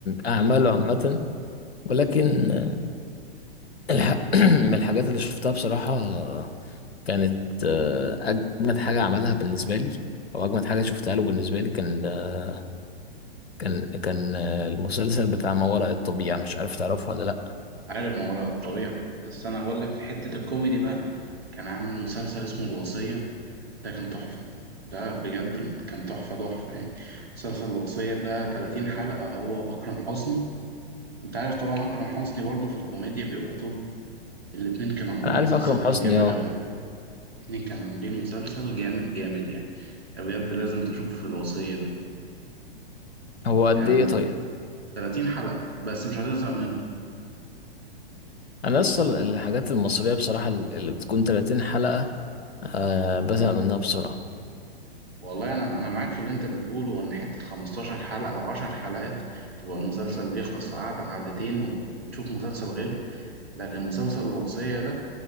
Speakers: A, on the left (about 85°); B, on the right (about 85°).
A: اعماله عامه ولكن آه، الح... <clears throat> من الحاجات اللي شفتها بصراحه آه، كانت آه، اجمد حاجه عملها بالنسبه لي او اجمد حاجه شفتها له بالنسبه لي كان آه، كان كان آه، المسلسل بتاع ما وراء الطبيعه مش عارف تعرفه ولا لا
B: عارف ما وراء الطبيعه بس انا هقول لك في حته الكوميدي بقى كان عامل مسلسل اسمه الوصيه ده كان تحفه ده بجد ال- كان تحفه تحفه يعني مسلسل الوصيه ده 30 حلقه هو واكرم حسني انت عارف طبعا اكرم حسني برضه في الكوميديا بيبقى توب الاتنين كانوا عاملين
A: انا عارف
B: مسلسل
A: اكرم
B: كان
A: حسني
B: جامد
A: اه
B: قوي اتنين كانوا عاملين مسلسل جامد جامد يعني انت بجد لازم تشوف الوصية ده
A: هو قد
B: يعني
A: ايه
B: مت-
A: طيب
B: 30 حلقة بس مش هتزهق منهم
A: انا اصل
B: اه
A: الحاجات المصريه بصراحه اللي بتكون 30 حلقه آه بزهق منها بسرعه
B: والله انا انا معاك في اللي انت بتقوله ان حتة 15 حلقة او 10 حلقات تبقى المسلسل بيخلص في قعدة قعدتين وتشوف مسلسل غيره لكن مسلسل الوصية ده